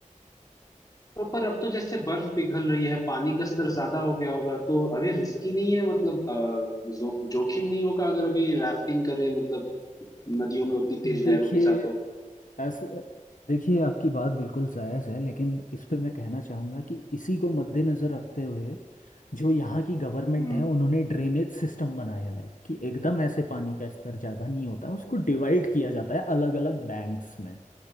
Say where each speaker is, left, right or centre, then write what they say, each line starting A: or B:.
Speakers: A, on the left (about 25°); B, on the left (about 75°).
A: तो पर अब तो जैसे बर्फ पिघल रही है पानी का स्तर ज्यादा हो गया होगा तो अभी रिस्की नहीं है मतलब अ, जो, जोखिम नहीं होगा अगर अभी राफ्टिंग करें मतलब नदियों में उतनी तेज
B: देखिए
A: लहरों के साथ तो
B: ऐसा देखिए आपकी बात बिल्कुल जायज़ है लेकिन इस पे मैं कहना चाहूँगा कि इसी को मद्देनज़र रखते हुए जो यहाँ की गवर्नमेंट
A: हम्म
B: है उन्होंने ड्रेनेज सिस्टम बनाए हुए हैं कि एकदम ऐसे पानी का स्तर ज़्यादा नहीं होता उसको डिवाइड किया जाता है अलग अलग बैंक्स में